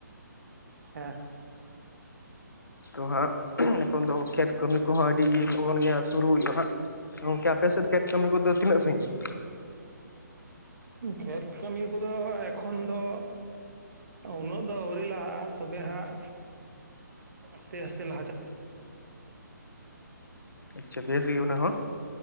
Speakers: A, on the right; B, on the left.
A: ᱦᱮ
B: ᱛᱚ ᱦᱟᱸᱜ ᱮᱠᱷᱚᱱ ᱫᱚ ᱠᱷᱮᱛ ᱠᱟᱹᱢᱤ ᱠᱚᱦᱚᱸ ᱟᱹᱰᱤᱜᱮ ᱞᱚᱜᱚᱱ ᱜᱮᱭᱟ ᱥᱩᱨᱩ ᱦᱩᱭᱩᱜᱼᱟ ᱦᱟᱸᱜ ᱜᱚᱝᱠᱮ ᱟᱯᱮᱥᱮᱫ ᱠᱷᱮᱛ ᱠᱟᱹᱢᱤ ᱠᱚᱫᱚ ᱛᱤᱱᱟᱹᱜ ᱥᱟᱺᱜᱤᱧ?
A: ᱠᱷᱮᱛ ᱠᱟᱹᱢᱤ ᱠᱚᱫᱚ ᱮᱠᱷᱚᱱ ᱫᱚ ᱩᱱᱟᱹᱜ ᱫᱚ ᱟᱹᱣᱨᱤ ᱞᱟᱦᱟᱜᱼᱟ ᱛᱚᱵᱮ ᱦᱟᱸᱜ ᱟᱥᱛᱮ ᱟᱥᱛᱮ ᱞᱟᱦᱟ ᱪᱟᱞ
B: ᱟᱪᱷᱟ ᱵᱮᱥ ᱜᱮ ᱚᱱᱟ ᱦᱚᱸ